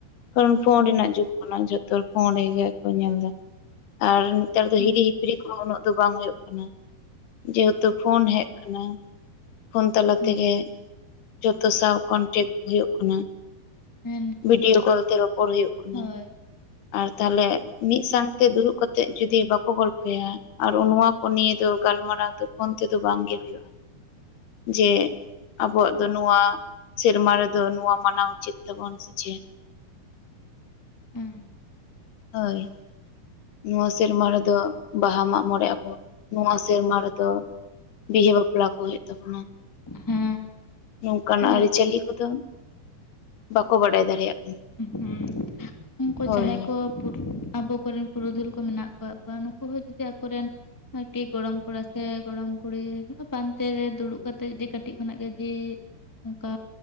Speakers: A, on the left; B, in the centre.
A: ᱠᱟᱨᱚᱱ ᱯᱷᱳᱱ
B: ᱦᱳᱭ
A: ᱨᱮᱱᱟᱜ ᱡᱩᱜᱽ ᱠᱟᱱᱟ ᱡᱚᱛᱚ ᱯᱷᱳᱱ ᱨᱮᱜᱮ ᱠᱚ ᱧᱮᱞ ᱮᱫᱟ ᱟᱨ ᱱᱮᱛᱟᱨ ᱫᱚ
B: ᱦᱩᱸ
A: ᱦᱤᱨᱤ ᱦᱤᱯᱨᱤ ᱠᱚᱦᱚᱸ ᱩᱱᱟᱹᱜ ᱫᱚ ᱵᱟᱝ ᱦᱩᱭᱩᱜ ᱠᱟᱱᱟ ᱡᱮᱦᱮᱛᱩ
B: ᱦᱳᱭ
A: ᱯᱷᱳᱱ ᱦᱮᱡ ᱟᱠᱟᱱᱟ᱾ ᱯᱷᱳᱱ ᱛᱟᱞᱟ
B: ᱦᱩᱸ
A: ᱛᱮᱜᱮ ᱡᱚᱛᱚ ᱥᱟᱶ ᱠᱚᱱᱴᱮᱠ ᱦᱩᱭᱩᱜ ᱠᱟᱱᱟ᱾
B: ᱦᱮᱸ
A: ᱵᱷᱤᱰᱭᱳ ᱠᱚᱞ ᱛᱮ ᱨᱚᱯᱚᱲ ᱦᱩᱭᱩᱜ ᱠᱟᱱᱟ᱾
B: ᱦᱳᱭ
A: ᱟᱨ ᱛᱟᱦᱚᱞᱮ ᱢᱤᱫ ᱥᱟᱶᱛᱮ ᱫᱩᱲᱩᱵ ᱠᱟᱛᱮᱜ ᱡᱩᱫᱤ ᱵᱟᱠᱚ ᱜᱚᱞᱯᱷᱚᱭᱟ ᱟᱨ ᱱᱚᱣᱟ ᱠᱚ ᱱᱤᱭᱮ ᱫᱚ ᱜᱟᱞᱢᱟᱨᱟᱣ ᱫᱚ ᱯᱷᱳᱱ ᱛᱮᱫᱚ ᱵᱟᱝᱜᱮ ᱦᱩᱭᱩᱜᱼᱟ ᱡᱮ ᱟᱵᱚᱣᱟᱜ ᱫᱚ ᱱᱚᱣᱟ ᱥᱮᱨᱢᱟ ᱨᱮᱫᱚ ᱱᱚᱣᱟ ᱢᱟᱱᱟᱣ ᱩᱪᱤᱛ ᱛᱟᱵᱩᱱ ᱥᱮ ᱪᱮᱫ?
B: ᱦᱩᱸ
A: ᱦᱳᱭ ᱱᱚᱣᱟ ᱥᱮᱨᱢᱟ ᱨᱮᱫᱚ ᱵᱟᱦᱟ ᱢᱟᱜ ᱢᱚᱬᱮ ᱟᱵᱚᱱ ᱱᱚᱣᱟ ᱥᱮᱨᱢᱟ ᱨᱮᱫᱚ ᱵᱤᱦᱟᱹ ᱵᱟᱯᱞᱟ ᱠᱚ ᱦᱩᱭᱩᱜ ᱛᱟᱵᱚᱱᱟ᱾
B: ᱦᱮᱸ
A: ᱱᱚᱝᱠᱟᱱᱟᱜ
B: ᱠᱚ
A: ᱟᱹᱨᱤᱪᱟᱹᱞᱤ ᱠᱚᱫᱚ ᱵᱟᱠᱚ ᱵᱟᱰᱟᱭ ᱫᱟᱲᱮᱭᱟᱜ ᱠᱟᱱᱟ
B: ᱦᱩᱸ ᱩᱱᱠᱩ
A: ᱦᱳᱭ
B: ᱡᱟᱦᱟᱸᱭ ᱠᱚ <unintelligible> ᱟᱵᱚ ᱠᱚᱨᱮᱱ ᱯᱩᱨᱩᱫᱷᱩᱞ ᱠᱚ ᱢᱮᱱᱟᱜ ᱠᱟᱫ ᱠᱚᱣᱟ ᱱᱩᱠᱩ ᱦᱚᱸ ᱡᱩᱫᱤ ᱟᱠᱚᱨᱮᱱ ᱟᱨᱠᱤ ᱜᱚᱲᱚᱢ ᱠᱚᱲᱟ ᱥᱮ ᱜᱚᱲᱚᱢ ᱠᱩᱲᱤ ᱯᱟᱱᱛᱮ ᱨᱮ ᱫᱩᱲᱩᱵ ᱠᱟᱛᱮᱜ ᱡᱩᱫᱤ ᱠᱟᱹᱴᱤᱡ ᱠᱷᱚᱱᱟᱜ ᱜᱮ ᱡᱩᱫᱤ ᱚᱱᱠᱟ